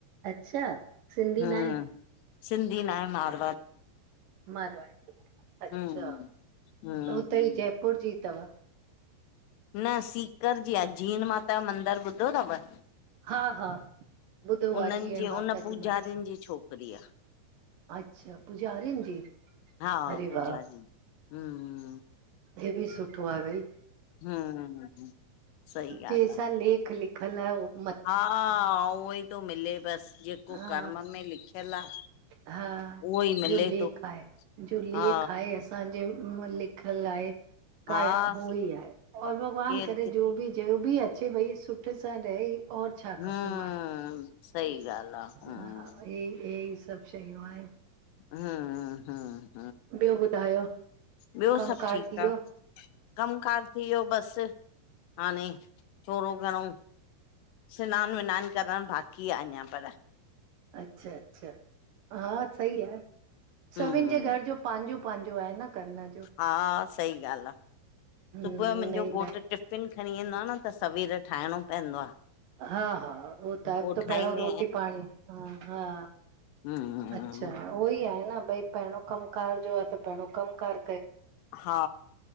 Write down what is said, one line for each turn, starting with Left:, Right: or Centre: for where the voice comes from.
Right: अच्छा सिंधी
Left: हम्म
Right: न आहे?
Left: सिंधी न आहे मार
Right: मारवाड़ी अच्छा
Left: हम्म हम्म
Right: हुते
Left: हम्म
Right: ई जयपुर जी अथव?
Left: न सीकर जी आहे जीन माता जो मंदर ॿुधो अथव?
Right: हा हा ॿुधो आहे
Left: उन्हनि
Right: जीअण
Left: जे
Right: माता
Left: उन पूजारनि
Right: जो मंदरु
Left: जी छोकिरी आ।
Right: अच्छा पुजारी न जी।
Left: हा
Right: अरे
Left: पुजारीन
Right: वाह
Left: जी। हूं हूं।
Right: हे बि सुठो आ हेई।
Left: हम्म सही ॻाल्हि आहे
Right: जैसा लेख लिखल आहे। उवो
Left: हा उहो ई थो मिले बस जेको
Right: हा
Left: कर्म में लिखियल आ।
Right: हा
Left: उहो ई मिले
Right: जो लेक
Left: थो
Right: आहे जो लेक
Left: हा
Right: आहे असां असांजे में लिखल आहे। कर
Left: हा
Right: उो ई आहे और भॻवान
Left: केरु
Right: करे
Left: कि
Right: जो बि जो बि अचे भई सुठे सां रहे और छा
Left: हम्म
Right: खपे माणू।
Left: सही ॻाल्हि आ हम्म
Right: हा हे हे ई सभु शयूं आहिन।
Left: हा-हा
Right: ॿियो ॿुधायो?
Left: ॿियो
Right: कमकार
Left: सभु ठीकु
Right: थी वियो
Left: आ कम कार थी वियो बस। हाणे छोॾो घणो स्नानु वनान करणु बाक़ी आ अञा पर।
Right: अच्छा- अच्छा हा सही आ सभिनि
Left: हम्म
Right: जे घर जो पंहिंजो पंहिंजो आहे न। करण जो
Left: हा सही ॻाल्हि आहे
Right: हम्म
Left: सुबुह जो मुंहिंजो
Right: इन ई
Left: घोट टिफिन फिन खणी वेंदो आहे न त सवेर ठाहिणो पवंदो आ।
Right: हा- हा उहो टाइ
Left: पो
Right: त
Left: ठाहींदी
Right: पहिरणं रोटी पाणी ह हा।
Left: हा
Right: अच्छा उहो ई आहे न भई पहिरियों कम कार जो आहे त पहिरियों कम कार।
Left: हा